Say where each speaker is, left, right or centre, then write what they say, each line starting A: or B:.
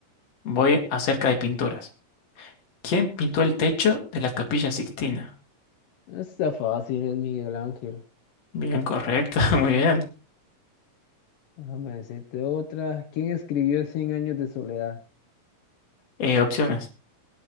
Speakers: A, on the left; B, on the left.
A: Voy acerca de pinturas. ¿Quién pintó el techo de la Capilla Sixtina?
B: Está fácil, es Miguel Ángel.
A: Bien, correcto. <laughs> Muy bien.
B: Déjame decirte otra. ¿Quién escribió Cien años de soledad?
A: Eh, opciones.